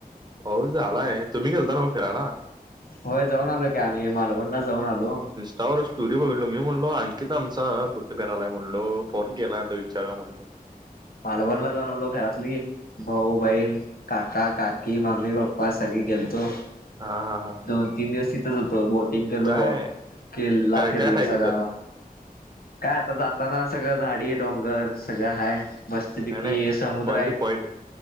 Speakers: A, on the right (about 30°); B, on the left (about 75°).
A: हो झालाय तुम्ही गेलता मग फिरायला
B: होय जाऊन आलो की आम्ही मालवणला जाऊन आलो
A: त्यावर स्टोरी बघलो मी म्हणलो अंकित आमचा कुते फेिरालाय म्हणलो फोन केलाय आता विचारा म्हणलो
B: मालवणला जानवलो घरातली भाऊ बहीण काका काकी मम्मी पप्पा सगळी गेलतो
A: हा हा हा
B: दोन तीन दिवस तिथंच होतो बोट टिंग केलो
A: काय
B: खेल्ला
A: काय
B: फिरलो
A: काय आहे
B: सगळा
A: तिथं
B: काय आता जाताना सगळं झाडी डोंगर सगळं हा मस्तपैकी
A: काय नाही
B: समुद्र
A: पॉइंट
B: आहेत
A: पॉइंट